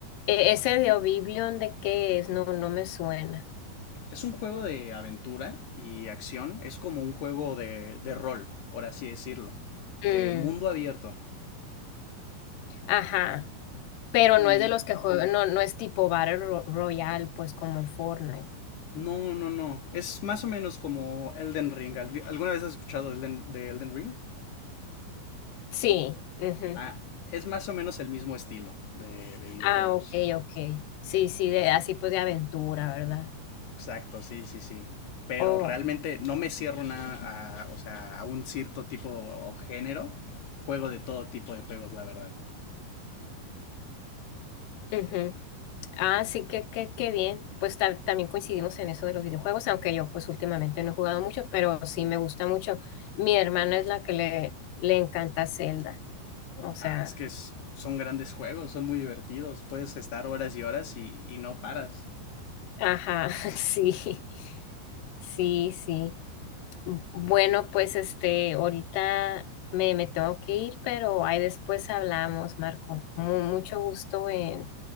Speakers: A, on the left; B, on the left.
A: E- ese de Oblivion, ¿de qué es? No, no me suena.
B: Es un juego de aventura y acción, es como un juego de, de rol, por así decirlo,
A: Mm.
B: de mundo abierto.
A: Ajá, pero
B: Y
A: no es de los que juegan, no, no es tipo Battle Ro- Royale, pues como el Fortnite.
B: no, no, no, es más o menos como Elden Ring. ¿Alguna vez has escuchado de Elden Ring?
A: Sí, ujú.
B: Ah, es más o menos el mismo estilo de, de videojuegos.
A: Ah, ok, ok. Sí, sí, de, así pues de aventura, ¿verdad?
B: Exacto, sí, sí, sí. Pero
A: Oh,
B: realmente no me cierro nada a, o sea, a un cierto tipo o género. Juego de todo tipo de juegos, la verdad.
A: ujú. Ah, sí, que, que, qué bien. Pues ta- también coincidimos en eso de los videojuegos, aunque yo pues últimamente no he jugado mucho, pero sí me gusta mucho. Mi hermana es la que le, le encanta Zelda. O
B: Ah,
A: sea,
B: es que es- son grandes juegos, son muy divertidos. Puedes estar horas y horas y, y no paras.
A: ajá, <laughs> sí, sí, sí. Bueno,
B: Sí.
A: pues este, ahorita me, me tengo que ir, pero ahí después hablamos, Marco. Mu- mucho gusto en,